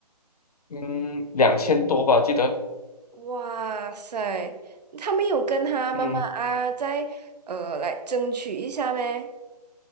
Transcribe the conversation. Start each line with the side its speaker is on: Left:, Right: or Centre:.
Left: 嗯，两千多吧，记得，
Right: 哇塞，他没有跟他妈妈啊，
Left: 嗯，
Right: 再呃来争取一下咩？